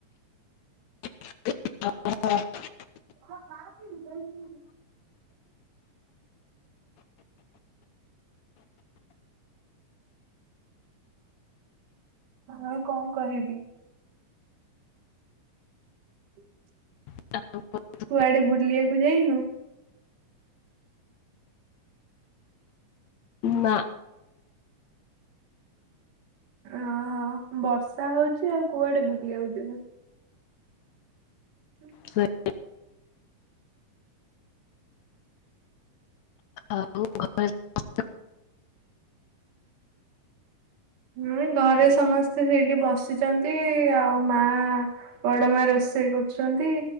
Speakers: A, on the left; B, on the right.
A: <unintelligible>
B: <unintelligible>
A: <inaudible>
B: ଆଉ କଣ କହିବି? <unintelligible>
A: <inaudible>
B: କୁଆଡେ ବୁଲିଆକୁ ଯାଇନୁ?
A: ନା।
B: ଆ ହ ବର୍ଷା ହଉଚି ଆଉ କୁଆଡେ ବୁଲିଆକୁ ଯିବୁ। ଉଁ
A: ସେ ଆ ଆଉ ଘରେ <inaudible>
B: ହୁଁ ଘରେ ସମସ୍ତେ ସେଇଠି ବସିଚନ୍ତି ଆଉ ମା। ବଡ ମା ରୋଷେଇ କରୁଚନ୍ତି।